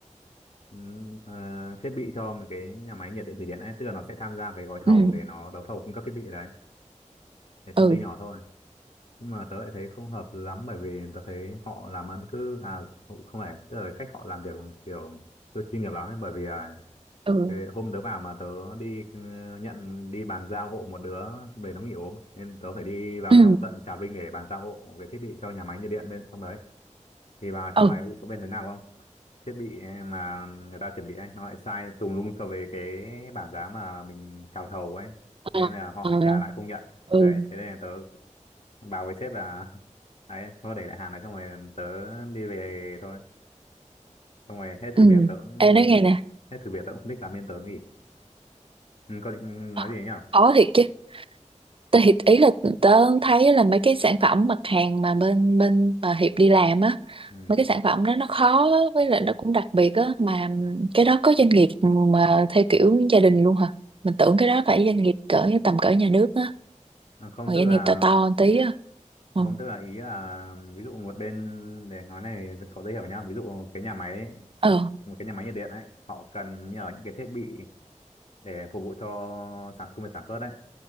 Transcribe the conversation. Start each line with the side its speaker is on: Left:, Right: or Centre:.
Left: ừm, ờ, thiết bị cho một cái nhà máy nhiệt điện thủy điện ấy tức là nó sẽ tham gia cái gói thầu
Right: ừ
Left: để nó đấu thầu cung cấp thiết bị đấy cái công
Right: ừ
Left: ty nhỏ thôi nhưng mà tớ lại thấy không hợp lắm bởi vì tớ thấy họ làm ăn cứ à không, không phải tức là cách họ làm việc kiểu chưa chuyên nghiệp lắm ấy bởi vì à,
Right: ừ
Left: cái hôm tớ vào mà tớ đi ừ, nhận đi bàn giao hộ một đứa về nó nghỉ ốm nên tớ phải đi vào
Right: ừ
Left: trong tận Trà Vinh để bàn giao hộ cái thiết bị cho nhà máy nhiệt điện bên trong đấy thì vào trong
Right: ừ
Left: này ui, có bên thế nào không thiết bị mà người ta chuẩn bị ấy nó lại sai tùm lum so với cái bảng giá mà mình chào thầu ấy thế
Right: Ờ,
Left: nên là họ
Right: ờ,
Left: lại trả lại không nhận
Right: ừ
Left: đấy thế nên là tớ bảo với sếp là đấy thôi để lại hàng này xong rồi tớ đi về thôi xong rồi hết
Right: ừ
Left: thử việc tớ cũng
Right: em nói
Left: không
Right: nghe
Left: th-
Right: nè
Left: hết thử việc tớ cũng không thích làm nên tớ nghỉ ừ, có định
Right: Ờ,
Left: nói gì nhỉ
Right: khó thiệt chứ thì ý là tớ thấy là mấy cái sản phẩm mặt hàng mà bên bên mà Hiệp đi làm á
Left: ừ.
Right: mấy cái sản phẩm đó nó khó với lại nó cũng đặc biệt á mà cái đó có doanh nghiệp mà theo kiểu gia đình luôn hả mình tưởng cái đó phải doanh nghiệp cỡ tầm cỡ nhà nước á
Left: à, không
Right: còn
Left: tức
Right: doanh
Left: là
Right: nghiệp to to một tí á
Left: à,
Right: ừ
Left: không tức là ý là ví dụ một bên để nói này có dễ hiểu nhá ví dụ cái nhà máy ấy,
Right: ờ
Left: một cái nhà máy nhiệt điện ấy họ cần nhờ những cái thiết bị để phục vụ cho sản công việc sản xuất đấy